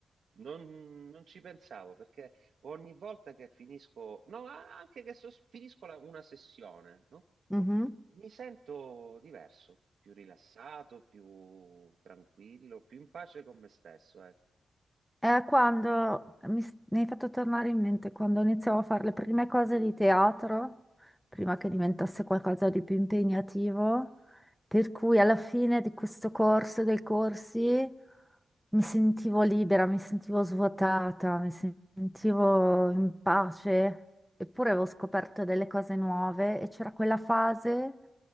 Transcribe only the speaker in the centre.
Mhm.
È quando mi, s- mi hai fatto tornare in mente quando iniziavo a fare le prime cose di teatro, prima che diventasse
qualcosa di più impegnativo, per cui alla fine di questo corso, dei corsi, mi sentivo libera, mi sentivo svuotata, mi sentivo in pace, eppure avevo scoperto delle cose nuove e c'era quella fase